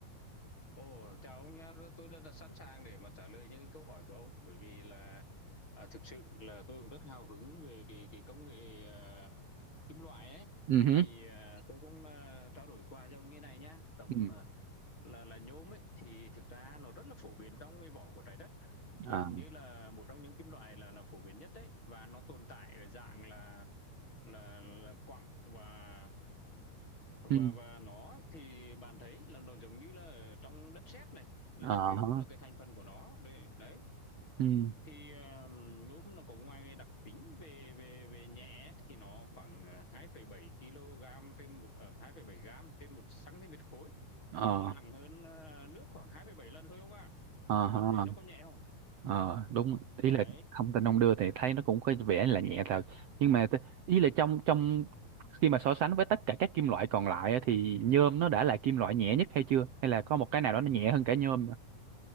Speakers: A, on the left; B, on the right.
A: Ồ, chào ông nhé, tôi rất là sẵn sàng để mà trả lời những cái câu hỏi của ông bởi vì là à, thực sự là tôi cũng rất hào hứng về cái, cái công nghệ à, kim loại ấy
B: Ừ. hứ,
A: thì à, tôi cũng à, trao đổi qua với ông như này nhá tổng
B: Ừ.
A: à, là là nhôm ấy thì thực ra nó rất là phổ biến trong cái vỏ của trái đất gần
B: À.
A: như là một trong những kim loại là là phổ biến nhất đấy và nó tồn tại ở dạng là là, là quặng và và
B: Ừ.
A: và nó thì bạn thấy là nó giống như là ở trong đất sét này là
B: Ờ
A: chủ yếu
B: hả.
A: là cái thành phần của nó đấy, đấy.
B: Ừ.
A: thì ờ, nhôm nó có ngoài đặc tính về về về nhẹ thì nó khoảng ờ, hai ờ, 2,7 kg trên một uh, hai phẩy bảy gram trên một cm khối
B: Ờ.
A: nó nặng hơn ờ, nước khoảng hai phẩy bảy lần thôi ông ạ À,
B: Ờ hả.
A: ông thấy nó có nhẹ không
B: Ờ đúng
A: đấy
B: ý là thông tin ông đưa thì thấy nó cũng có vẻ là nhẹ thật nhưng mà t- ý là trong trong khi mà so sánh với tất cả các kim loại còn lại á, thì nhôm nó đã là kim loại nhẹ nhất hay chưa hay là có một cái nào đó nó nhẹ hơn cả nhôm nữa